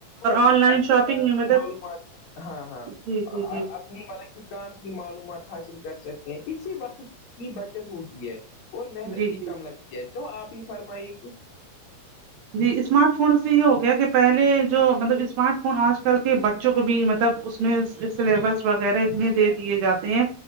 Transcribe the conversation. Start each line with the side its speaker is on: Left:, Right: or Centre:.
Left: اور
Right: آن لائن
Left: اپنی
Right: شاپنگ
Left: کام
Right: میں مطلب
Left: کی معلومات ہاں ہاں
Right: جی جی جی جی
Left: اپنی ملب کہ کام کی معلومات حاصل کر سکتے ہیں اسی وقت کی بچت ہوتی ہے اور محنت
Right: جی
Left: بھی
Right: جی
Left: کم لگتی ہے تو آپ ہی فرمائیے ک
Right: جی اسمارٹ فون سے یہ ہو گیا کہ پہلے جو مطلب اسمارٹ فون آج کل کے بچے بچوں کو بھی مطلب اس میں سلیبس وغیرہ اتنے دے دیے جاتے ہیں